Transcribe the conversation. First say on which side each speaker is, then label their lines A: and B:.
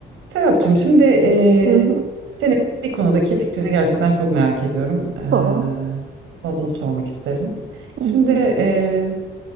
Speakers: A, on the right; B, on the right.
A: Serapcığım şimdi eee,
B: Hı hı.
A: senin bir konudaki fikrini gerçekten çok merak ediyorum. Eee
B: Tamam.
A: sana bunu sormak isterim.
B: Hı
A: Şimdi
B: hı.
A: eee,